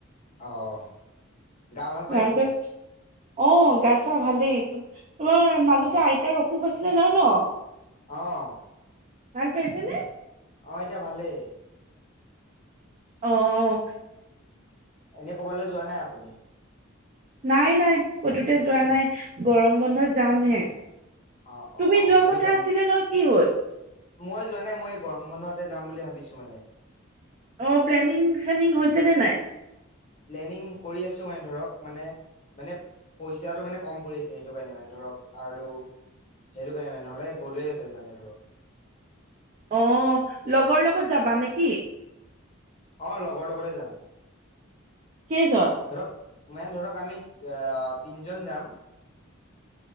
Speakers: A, on the left; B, on the right.
A: অহ গা ভাল
B: তাৰপিছত
A: পাইছে?
B: অ' গাছা ভালেই তোমাৰ মাজতে
A: অ
B: আইতাৰ অসুখ আছিলে নহয় ন।
A: অ',
B: ভাল পাইছেনে?
A: অ' এতিয়া ভালেই।
B: অ',
A: এনেই কবালৈ যোৱা নাই আপুনি।
B: নাই-নাই কতোতে যোৱা নাই গৰম বন্ধত যামহে।
A: অ
B: তুমি
A: অ
B: যোৱা
A: ময়ো
B: কথা
A: যাম
B: আছিলে ন কি হল?
A: মই যোৱা নাই মই গৰম বন্ধহতে যাম বুলি ভাবিছো মানে।
B: অ, প্লেনিং-চেনিং হৈছে নে নাই।
A: প্লেনিং কৰি আছো মান ধৰক মানে-মানে, পইচাটো মানে কম পৰি আছে সেইটো কাৰণে মানে ধৰক আৰু সেইটো কাৰণে মানে নহলে গ'লোৱেহেঁতেন মানে ধৰক।
B: অ' লগৰ লগত যাবা নেকি?
A: অ' লগৰ লগতে যাম।
B: কেইজন?
A: ধৰক মানে ধৰক আমি অহ তিনজন যাম।